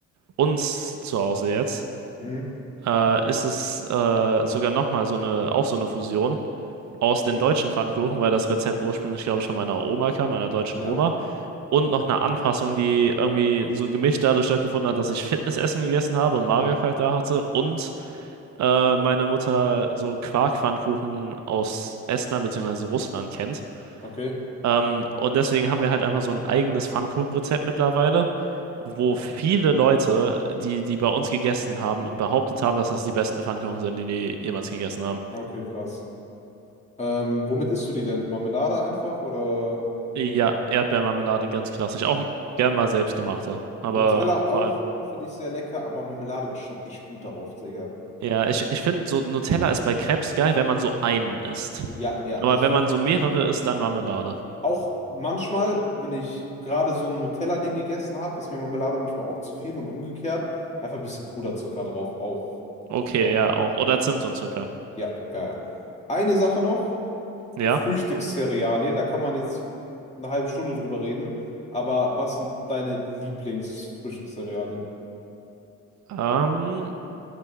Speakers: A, on the right (about 65°); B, on the left (about 20°).
A: uns zu Hause jetzt,
B: Mhm.
A: äh, ist es äh, sogar nochmal so eine, auch so eine Fusion. aus
B: Okay.
A: den deutschen Pfannkuchen, weil das Rezept ursprünglich, glaube ich, von meiner Oma kam, meiner deutschen
B: Ja,
A: Oma. Und noch eine Anpassung, die irgendwie so gemischt dadurch stattgefunden hat, dass ich Fitnessessen gegessen habe und Magerquark da hatte. Und äh, meine Mutter so Quarkpfannkuchen aus Estland bzw. Russland kennt.
B: okay.
A: Ähm, und deswegen haben wir halt einfach so ein eigenes Pfannkuchenrezept mittlerweile, wo viele Leute, die, die bei uns gegessen haben, behauptet haben, dass das die besten Pfannkuchen sind, die die jemals gegessen haben.
B: Ja, Okay, krass. Ähm, womit isst du die denn? Marmelade einfach oder?
A: Ja, Erdbeermarmelade ganz klassisch. Auch gern mal selbstgemachte. Aber
B: Nutella auch,
A: vor allem.
B: finde ich sehr lecker, aber Marmelade ist schon echt gut darauf, Digga.
A: Ja, ich, ich finde, so Nutella ist bei Crepes geil, wenn man so einen isst.
B: Ja, ja,
A: Aber
B: also
A: wenn
B: ich würde
A: man so mehrere isst, dann Marmelade.
B: auch manchmal, wenn ich gerade so ein Nutella-Ding gegessen habe, ist mir Marmelade manchmal auch zu viel und umgekehrt. Einfach ein bisschen Puderzucker drauf, auch.
A: Okay,
B: auch.
A: ja, auch. Oder Zimt und Zucker.
B: Ja, ja, ja. Eine Sache noch,
A: Ja.
B: Frühstückscerealien, da kann man jetzt eine halbe Stunde drüber reden, aber was sind deine Lieblingsfrühstückscerealien?
A: Ähm,